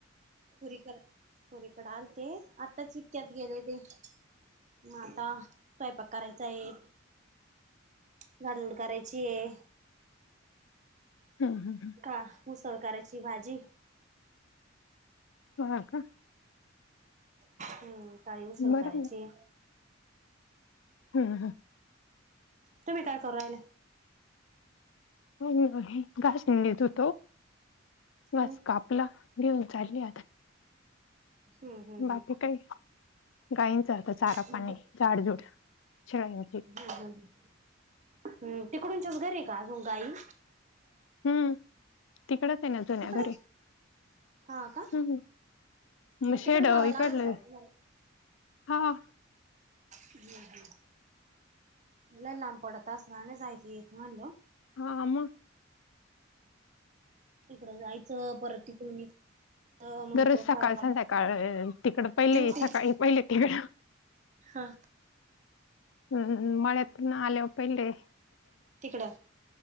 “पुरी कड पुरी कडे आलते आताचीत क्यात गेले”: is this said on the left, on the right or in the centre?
Right